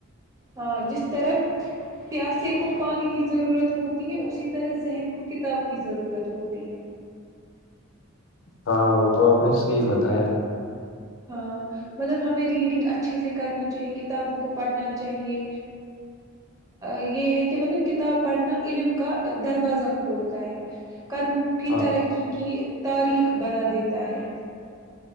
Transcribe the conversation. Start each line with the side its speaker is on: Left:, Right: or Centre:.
Right: ہاں جس طرح پیاسے کو پانی کی ضرورت ہوتی ہے اسی طرح ذہن کو کتاب کی ضرورت ہوتی ہے
Left: ہاں وہ تو آپ نے صحیح بتایا
Right: ہاں مطلب ہمیں ریڈنگ اچھے سے کرنی چاہے کتابوں کو پڑھنا چاہیے یہ ہے کہ مطلب کتاب پڑھنا علم کا دروازہ کھولتا ہے قدم کی
Left: ہاں
Right: ترقی کی تاریخ بنا دیتا ہے